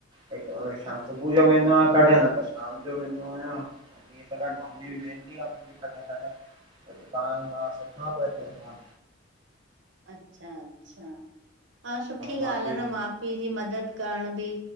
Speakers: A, on the right; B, on the right.
A: हिक शाम
B: अच्छा
A: को सुबुह जो वेंदो आहियां कॾहिं न त शाम जो वेंदो आहियां। त कॾ मम्मी भी वेंहदी आ कॾहिं कॾहिं। पान मां सिखण पयो तो हिते मां
B: अच्छा अच्छा, हा सुठी
A: बाक़ी
B: ॻाल्ह आ न माउ पीउ जी मदद करण बि।